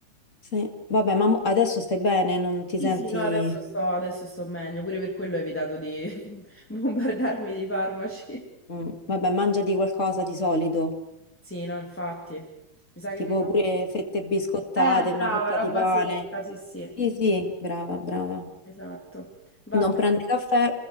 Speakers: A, on the left (about 30°); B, in the centre.
A: sì. Vabbè, ma mo- adesso stai bene, non ti
B: Sì,
A: senti...
B: sì, no, adesso sto, adesso sto meglio, pure per quello ho evitato di <laughs> bombardarmi di farmaci.
A: Mm, Vabbè, mangiati qualcosa di solito,
B: Sì, no, infatti. Mi sa che
A: tipo
B: mi mangio...
A: pure fette biscottate,
B: Eh,
A: una
B: brava,
A: fetta
B: roba
A: di pane.
B: secca, sì, sì.
A: Sì, sì, brava, brava.
B: Esatto. Vabbè.
A: Non prende caffè?